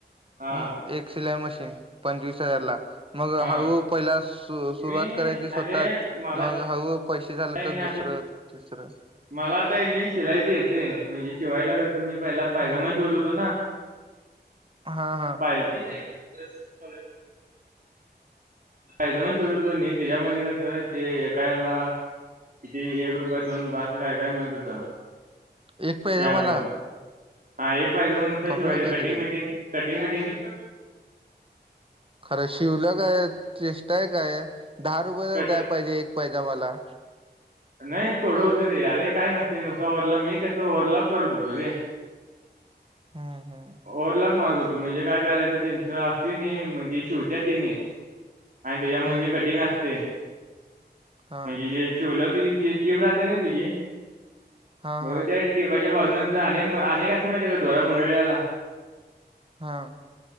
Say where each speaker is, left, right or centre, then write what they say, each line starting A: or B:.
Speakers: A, on the right; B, on the right.
A: हा
B: हम्म एक सिलाई मशीन पंचवीस हजार ला मग
A: हा
B: हळू पहिला सुरुवात
A: मी
B: करायची स्वतःच
A: अरे मला
B: मग हळ पैसे झालं
A: काय
B: तर
A: नाही आता
B: दुसरं तिसरं
A: मला आता नाही शिलाईत येते म्हणजे शिवायला क तर मी पहिला फयदा
B: हम्म
A: मण शोध होतो ना
B: हा हा
A: पाहि ते फयदा मण शोधतो त्याच्यामध्ये कस ते एका याला किती एक रुपये दोन रुपय असं काय काय मिळत होत
B: एक पाहिजे
A: शॅब
B: मला
A: वर हा एक फायदा मण नसत
B: कमी
A: शिवायथ
B: होतं
A: कटिंग
B: कि रे
A: बिटिंग कटिंग बटिंग
B: खरं शिवलं काय चेष्टाय काय दहा रुपये तर
A: कट
B: द्याय पाहिजे एक पाहिजे मला
A: नाही थोडं होतं रे अरे काय नसतं नुस ओरला मी कसं ओरला करून होतो रे
B: हम्म हम्म
A: र लाख मझत त म्हणजे काय करायचं त्यांचं असते नाही म्हणजे शिवत्या तिने आणि त्याच्यामध्ये
B: हम्म
A: जे कटिंग असते
B: हा
A: म्हणजे जे शओलक झ टेप राहता ना तुझी
B: हा
A: मग
B: हा
A: त्या टेपाच्या बाजून नंतर अनेक अनेक असं माहितीय का धोरा गुंडळल्याला
B: हा